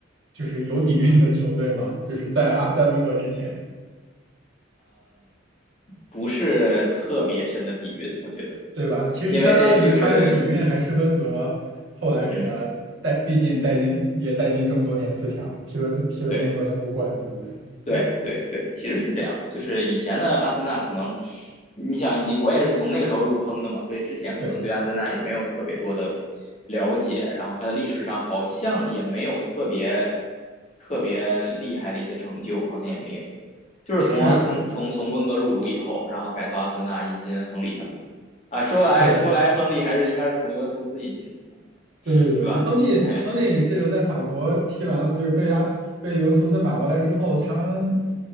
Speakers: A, on the right; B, on the left.
A: 就是有底蕴的球队嘛，就是在阿在温格之前，
B: 不是特别深的底蕴，我觉得，
A: 对吧？其实相当于它的底蕴还是温格后来给他带，
B: 因为这就是嗯，
A: 毕竟带进也带进这么多年四强，踢了踢了这么多年欧冠，
B: 对
A: 对不对？
B: 对对对，
A: 嗯，
B: 其实是这样，就是以前的阿森纳可能，你想我也是从那个时候入坑的嘛，所以之前可能对阿森纳也没有特别多的
A: 对，
B: 了解，然后它的历史上好像也没有特别特别厉害的一些成就，好像也没有。就是从阿森从从温格入主以后，
A: 是啊，
B: 然后改造阿森纳，引进亨利他们，啊，说来说来，
A: 对。
B: 亨利还是应该是从尤文图斯引进的，
A: 对对对，
B: 是吧？
A: 亨利亨利这个在法国踢完了，
B: <laughs>
A: 就是被阿被尤文图斯买过来之后，他